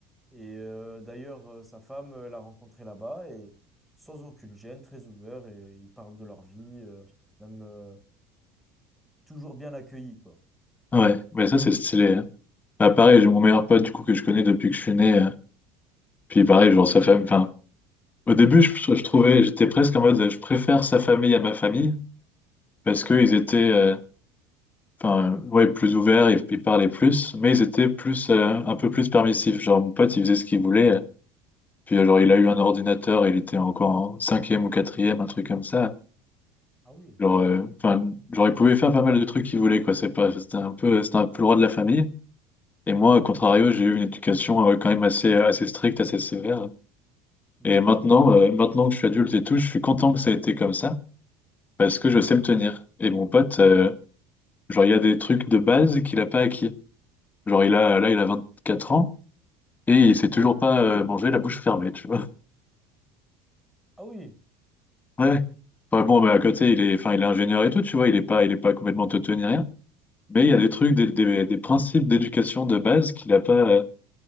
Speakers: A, in the centre; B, on the left.
A: Et euh, d'ailleurs, euh, sa femme euh, l'a rencontré là-bas et sans aucune gêne, très ouvert et ils parlent de leur vie, euh, même euh, toujours bien accueillis, quoi.
B: Ouais, mais ça, c'est stylé. hein. Bah, pareil, j'ai mon meilleur pote, du coup, que je connais depuis que je suis né. euh, Puis pareil, genre sa famille. Enfin, au début, je, je trouvais, j'étais presque en mode, euh, je préfère sa famille à ma famille
A: Ouais.
B: parce qu'ils étaient, euh, enfin, ouais, plus ouverts, ils, ils parlaient plus, mais ils étaient plus, euh, un peu plus permissifs. Genre mon pote, il faisait ce qu'il voulait. euh. Puis euh, genre, il a eu un ordinateur, il était encore en cinquième ou quatrième, un truc comme ça.
A: Ah oui.
B: Genre, euh, enfin, genre, il pouvait faire pas mal de trucs qu'il voulait, quoi. C'est pas, c'était un peu, c'était un peu le roi de la famille. Et moi,
A: Ok.
B: au contrario, j'ai eu une éducation euh, quand même assez, euh, assez stricte, assez sévère.
A: Mm.
B: Et maintenant, euh, maintenant que je suis adulte et tout, je suis content que ça ait été comme ça, parce que
A: Hmm.
B: je sais me tenir. Et mon pote, euh, genre, il y a des trucs de base qu'il a pas acquis. Genre, il a, là, il a 24 ans et il sait toujours pas euh, manger la bouche fermée, tu vois. <laughs>
A: Ah oui.
B: Ouais. Enfin, bon, mais à côté,
A: Ok.
B: il est, enfin, il est ingénieur et tout, tu vois, il est pas, il est pas complètement teuté ni rien. Mais il y a des trucs, des, des, des principes d'éducation de base qu'il a pas, euh,